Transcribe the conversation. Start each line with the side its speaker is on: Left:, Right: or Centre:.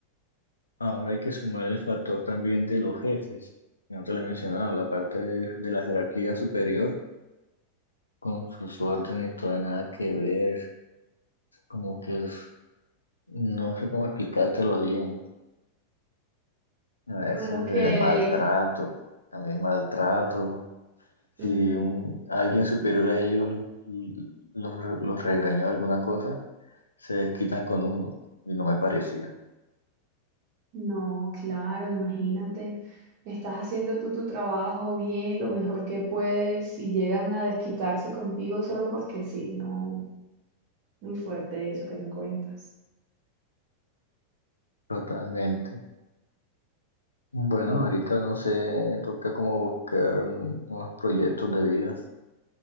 Left: ahora hay que sumar el factor también de los jefes. No te lo he mencionado, la parte de, de la jerarquía superior con sus órdenes, toda nada que ver. Como que es- no sé cómo explicártelo bien. A veces
Right: Como que,
Left: el maltrato, también maltrato. si
Right: Ujú.
Left: un, alguien superior a ellos lo- los, los regañó alguna cosa, se desquitan con uno y no me parecía.
Right: No, claro, imagínate, estás haciendo tú tu trabajo bien, lo mejor que puedes, y llegan a desquitarse contigo solo porque sí, no, muy fuerte eso que me cuentas.
Left: Totalmente. Bueno,
Right: Bueno,
Left: ahorita no sé, me toca como buscar un- unos proyectos de vida.